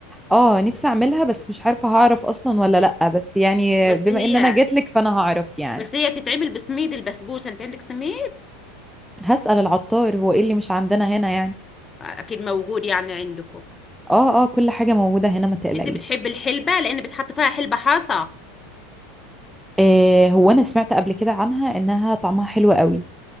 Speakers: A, in the centre; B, on the left (about 25°).
A: اه نفسي اعملها بس مش عارفة هعرف اصلا ولا لا بس يعني
B: بس
A: بما
B: هي
A: ان انا جات لك فانا هعرف يعني
B: بس هي بتتعمل بسميد البسبوسه انت عندك سميد
A: هسأل العطار هو ايه اللي مش عندنا هنا يعني
B: آه، اكيد موجود يعني عندكم
A: اه اه كل حاجة موجودة هنا ما تقلقيش
B: انت بتحب الحلبه لان بتحط فيها حلبه حاصه
A: آه هو انا سمعت قبل كده عنها انها طعمها حلو قوي